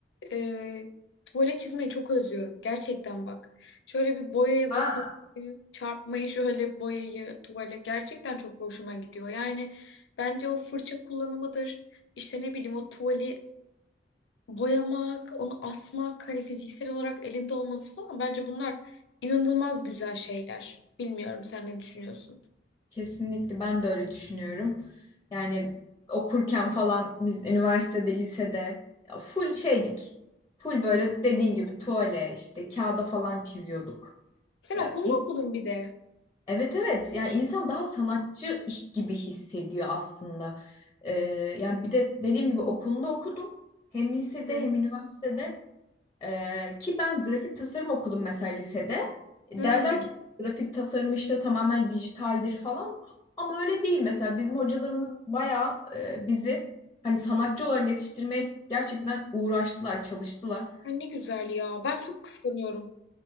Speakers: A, on the left; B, on the left.
A: e, tuvalet çizmeyi çok özlüyorum. Gerçekten bak. Şöyle bir boyaya
B: ha,
A: dokunmayı, çarpmayı, şöyle boyayı, tuvale gerçekten çok hoşuma gidiyor. Yani bence o fırça kullanımıdır. İşte ne bileyim o tuvali boyamak, onu asmak, hani fiziksel olarak elinde olması falan. Bence bunlar inanılmaz güzel şeyler. Bilmiyorum sen ne düşünüyorsun?
B: kesinlikle ben de öyle düşünüyorum. Yani okurken falan biz üniversitede, lisede ya full şeydik. Full böyle dediğin gibi tuvale işte kağıda falan çiziyorduk.
A: Sen
B: Ya
A: okul mu okudun bir de?
B: Evet evet yani insan daha sanatçı iş gibi hissediyor aslında. Ee, yani bir de dediğim gibi okulunda okudum. Hem lisede
A: Hı hı.
B: hem üniversitede. Ee, ki ben grafik tasarım okudum mesela lisede. E,
A: Hmm.
B: Derler ki grafik tasarım işte tamamen dijitaldir falan. Ama öyle değil mesela bizim hocalarımız bayağı e, bizi hani sanatçı olarak yetiştirmeye gerçekten uğraştılar, çalıştılar.
A: Ay Ne güzel ya. Ben çok kıskanıyorum.